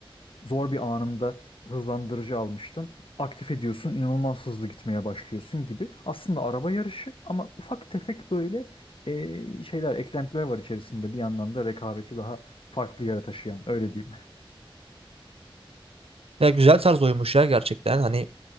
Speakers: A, on the left (about 65°); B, on the right (about 80°).
A: zor bir anında hızlandırıcı almıştın. Aktif ediyorsun, inanılmaz hızlı gitmeye başlıyorsun gibi. Aslında araba yarışı ama ufak tefek böyle e, şeyler, eklentiler var içerisinde. Bir yandan da rekabeti daha farklı yere taşıyan, öyle diyeyim.
B: Ya güzel tarz oymuş ya gerçekten. Hani